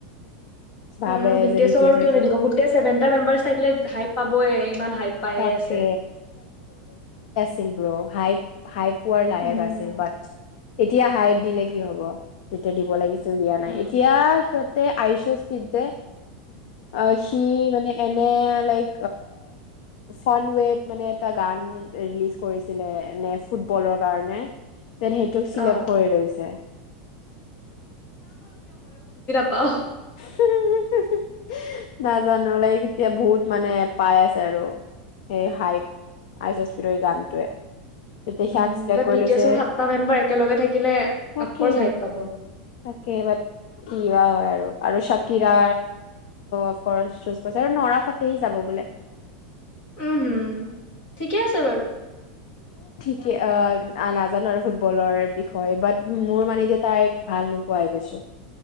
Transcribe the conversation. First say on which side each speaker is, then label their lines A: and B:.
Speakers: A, on the left; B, on the left.
A: ভাবে
B: উ বি
A: যে
B: টি এচ ক আৰু
A: এছৰ
B: কিয় নিদিব গোটেই ছেভেনটা মেম্বাৰ থাইিলে হাই পাবই ইমান হাই পায়ে
A: তাকে
B: আছে।
A: ছিল ব্ৰ হাই হাই পোৱাৰ লাইক
B: উম
A: আছিল বাট এতিয়া হাইফ দিলে কি হ'ব। তেতিয়া দিব লাগিছে দিয়া নাই,
B: উম।
A: এতিয়া সিহঁত তে আয়ুষ্য সিদ্ধা <unintelligible> অ সি মানে এনে লাইক, ফ্ৰন্টৱেড মানে এটা ৰিলিজ কৰিছিলে এনে ফুটবলৰ কাৰণে। তে সেইটোক চিলেক্ট
B: অ'।
A: কৰি লৈছে।
B: ৱাহ
A: উ <unintelligible> নাজানো লাইক এতিয়া বহুত মানে পাই আছে আৰু সেই হাই আইচ স্পিডৰ গানটোৱে। তেতিয়া সিয়াক
B: উ
A: চিলেক্ট
B: বাট
A: কৰি
B: বি
A: লৈছে
B: টি এছৰ সাতটা মেম্বাৰ একেলগে থাকিলে
A: তাকে
B: অফকৰ্চ হাই পাব।
A: তাকে বাত কিবা হয় আৰু। আৰু চাকিৰা অফকৰ্চ চজ কৰিছে আৰু নৰাফাটহি যাব বোলে।
B: উম হম ঠিকে আছে বাৰু
A: কি আ অ নাজানো আৰু ফুটবলৰ বাট মোৰ মানে যে তাই ভাল নোপোৱাই গৈছো